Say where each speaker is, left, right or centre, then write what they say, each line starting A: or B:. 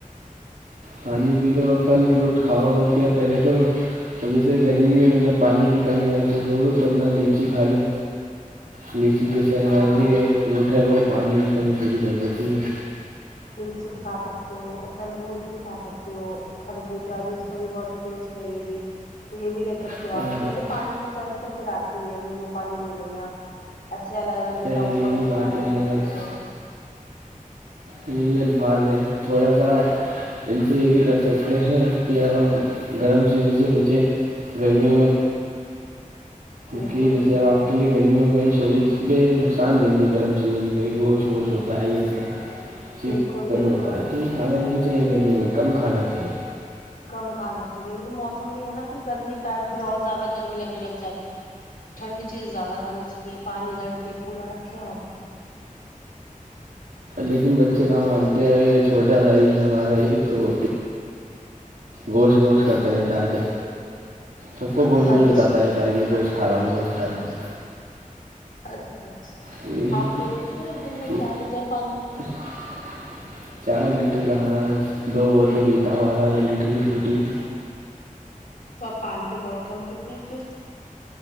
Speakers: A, on the right (about 85°); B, on the left (about 85°).
A: پانی پی لو پھل فروٹ کھاؤ اور کیا پہلے تو اور جیسے گرمی میں مطلب پانی کی کمی محسوس ہو تو اپنا لیچی کھا لو لیچی جیسے
B: ہاں
A: یہ فروٹ ہے وہ پانی کی کمی پوری کر دیتی ہے
B: لیچی بھی کھا سکتے ہو تربوز بھی کھا سکتے ہو خربوزہ ہے اب بھی اس میں بھی واٹر بیسڈ ہے یہ بھی یہ بھی لے سکتے
A: ہے
B: ہو آپ نہیں تو پانی میں چائس تو پھر آپ کے لیے نیمبو پانی لے لویا ایسے الگ الگ
A: یہی
B: دیٹاکس واٹر
A: باتیں
B: بنا کے
A: ہیں
B: لے سکتے
A: بس
B: ہو
A: یہی الفاظ ہیں تھوڑا سا ان سے یہ بھی کر سکتے ہیں کہ اب ہم گرم چیزوں سے بچیں گرمیوں میں
B: بالکل
A: کہ جیسے
B: بالکل
A: اب آپ کے لیے گرمیوں میں شریر بے نقصان دیں گی گرم چیزیں جیسے گوشت ووشت ہوتا ہے ہی اپنا یہ
B: بالکل بالکل
A: ہوتا ہے تو یہ کھانا نہیں چاہیے گرمی میں کم کھانا چاہیے
B: کم کھانا چاہیے ان موسم بھی ہے نا پھر گرمی کا پھر اور زیادہ گرمی لگنے لگ جاتی ہے ٹھنڈی چیزیں زیادہ کھانی چاہیے پانی کا ان سے پورا رکھیں اور کیا
A: لیکن بچے کہاں مانتے ہیں ا چھوٹا بھائی ہے ہمارا ایک تو وہتی گوشت گوشت کرتا رہتا ہے آئے دن سب کو گوشت گوشت
B: اچھا
A: بتاتا رہتا ہے کہ گوشت کھا رہا ہوں گوشت کھا رہا ہوں
B: اچھا اچھا
A: تو یہی
B: آپ پی لیتے ہیں ایک دن میں
A: کہ
B: چار لیٹر پانی
A: <inaudible> چار لیٹر کہاں دو بوتلیں پیتا ہوں آدھا آدھا لیٹر کی فروٹی کی
B: تو آپ پانی تو بہت کم پیتے ہیں پھر